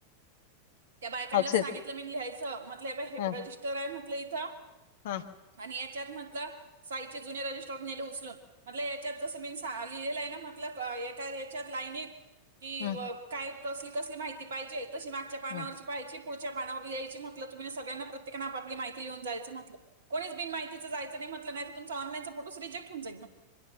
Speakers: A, on the right; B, on the left.
A: त्या बायकांना
B: अक्षर
A: सांगितलं मी लिहायचं म्हटलं बा हे
B: ह
A: रजिस्टर आहे म्हटलं इथं
B: हा
A: आणि याच्यात म्हटलं साईचे जुने रजिस्टॉ नेले उचलून म्हटल याच्यात जसं मी लिहिलेलं आहे ना मतल एका याच्यात लाईनीत कि
B: हम्म
A: काय कसली कसली माहिती पाहिजे तशी मागच्या पानावरची
B: हम्
A: पाहायची पुढच्या पानावर याची म्हटलं तुम्ही सगळ्यांना प्रत्येकान आपली माहिती येऊन जायचं म्हटलं कोणीच बि माहितीचं जायं नाही म्हटलं नाही तुमचा ऑनलानचा फोस रिजेक्टऊन जाईल